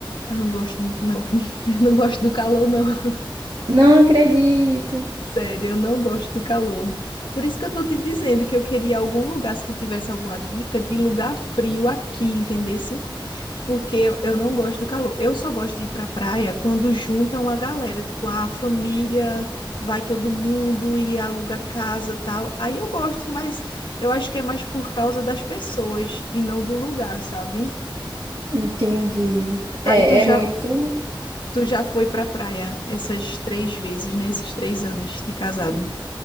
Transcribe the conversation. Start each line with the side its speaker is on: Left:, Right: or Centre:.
Left: eu não gosto muito, não, filho. <laughs> Eu não gosto do calor, não. <laughs>
Right: Não acredito.
Left: Sério, eu não gosto do calor. Por isso que eu tô te dizendo que eu queria algum lugar, se tu tivesse alguma dica de lugar frio aqui, entendeu? porque eu não gosto do calor. Eu só gosto de ir pra praia quando juntam a galera, tipo, "Ah, a família, vai todo mundo e aluga casa, tal. Aí eu gosto, mas eu acho que é mais por causa das pessoas e não do lugar, sabe?
Right: Entendi.
Left: Aí
Right: É,
Left: tu já
Right: é muito.
Left: tu já foi pra praia essas três vezes, né? Esses três anos de casado.